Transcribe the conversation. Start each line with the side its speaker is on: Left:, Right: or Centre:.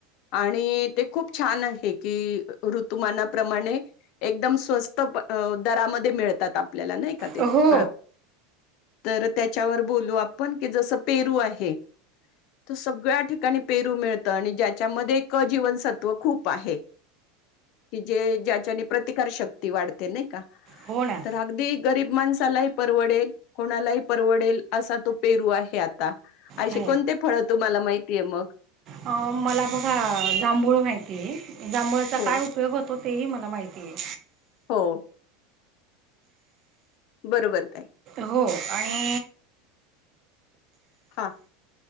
Left: आणि ते खूप छान आहे की ऋतुमानाप्रमाणे एकदम स्वस्त दरामध्ये मिळतात, आपल्याला नाही का ते
Right: हो
Left: फळं. तर त्याच्यावर बोलू आपण, की जसं पेरू आहे त सगळ्या ठिकाणी पेरू मिळतं आणि ज्याच्यामध्ये एक अजीवनसत्व खूप आहे. की जे ज्याच्याने प्रतिकार शकत वाढते नाही का
Right: हो ना
Left: तर अगदी गरीब माणसालाही, परवडेल कोणालाही परवडेल असा तो पेरू आहे आता, असे
Right: हो
Left: कोणते फळ तुम्हाला माहितीय मग?
Right: अ मला बघा जांभूळ माहितीय, जांभुळाचा
Left: हो
Right: काय उपयोग होतो तेही मला माहिती आहे
Left: हो बरोबर ताई.
Right: हो आणि
Left: हा.